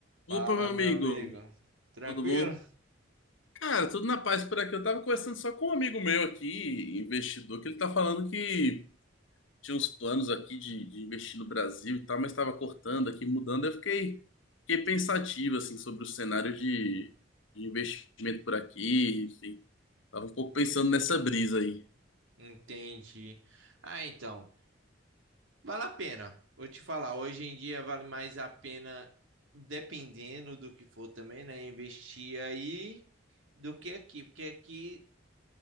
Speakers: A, on the right (about 80°); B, on the left (about 75°).
A: Fala,
B: Opa, meu
A: meu
B: amigo,
A: amigo. Tranquilo?
B: tudo bom? Cara, tudo na paz por aqui. Eu tava conversando só com um amigo meu aqui, investidor, que ele tá falando que tinha uns planos aqui de, de investir no Brasil e tal, mas tava cortando aqui, mudando. Eu fiquei, fiquei pensativo, assim, sobre o cenário de, de investimento por aqui, enfim. Tava um pouco pensando nessa brisa aí.
A: Entendi. Ah, então, vale a pena. Vou te falar, hoje em dia vale mais a pena, dependendo do que for também, né? Investir aí do que aqui, porque aqui